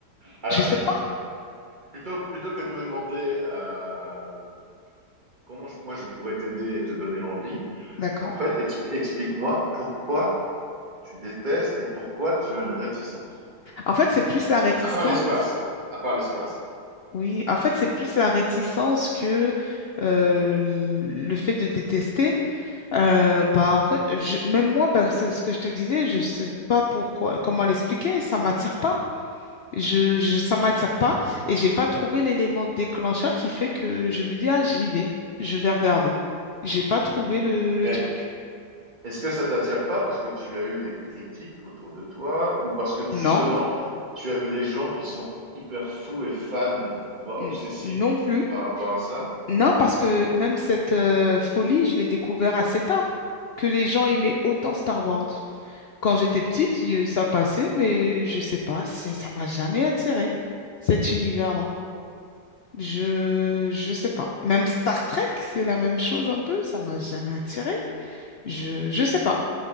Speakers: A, on the right (about 30°); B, on the left (about 75°).
A: Alors,
B: Je sais
A: écoute,
B: pas.
A: plutôt, plutôt que de me demander euh, comment je- moi je pourrais t'aider et te donner envie,
B: D'accord.
A: en fait, expli- explique-moi pourquoi tu détestes et pourquoi tu as une réticence.
B: En fait, c'est plus la réticence.
A: À part l'espace. À part l'espace.
B: Oui, en fait, c'est plus la réticence que euh, le fait de détester. Euh, bah, en fait, je- même moi, bah, c'est ce que je te disais, je sais pas pourquoi, comment l'expliquer, ça m'attire pas. Je, je, ça m'attire pas et j'ai pas trouvé l'élément déclencheur qui fait que je me dis, ah, j'y vais, je vais regarder. J'ai pas trouvé le, le
A: Mais
B: truc.
A: Est-ce que ça t'attire pas parce que tu as eu des critiques autour de toi ou parce que tu- justement
B: Non,
A: tu as vu des gens qui sont hyper fous et fans, voire
B: n-
A: obsessifs
B: non plus.
A: par rapport à ça?
B: Non, parce que même cette euh, folie, je l'ai découvert assez tard, que les gens aimaient autant Star Wars. Quand j'étais petite, il- ça passait, mais je sais pas, c'est- ça m'a jamais attiré, cet univers-là. Je, je sais pas. Même Star Trek, c'est la même chose un peu, ça m'a jamais attiré. Je, je sais pas.